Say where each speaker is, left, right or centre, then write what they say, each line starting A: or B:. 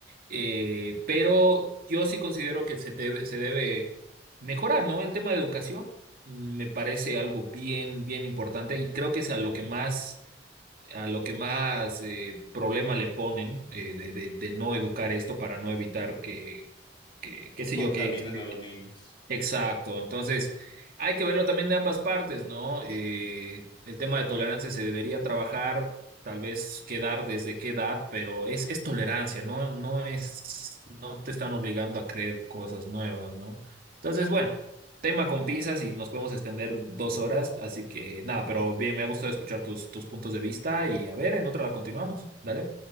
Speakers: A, on the right; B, on the left.
A: Eh, pero yo sí considero que se debe, se debe mejorar, ¿no? El tema de educación mm, me parece algo bien, bien importante y creo que es a lo que más, a lo que más eh, problema le ponen eh, de, de, de no educar esto para no evitar que, que qué sé
B: Contaminen
A: yo, que, que
B: a los niños.
A: Exacto, entonces hay que verlo también de ambas partes, ¿no? Eh, el tema de tolerancia se debería trabajar, tal vez quedar desde qué edad, pero es, es tolerancia, ¿no? No es, no te están obligando a creer cosas nuevas, ¿no? Entonces, bueno, tema con pinzas y nos podemos extender dos horas, así que nada, pero bien, me ha gustado escuchar tus, tus puntos de vista y a ver, en otra la continuamos, ¿dale?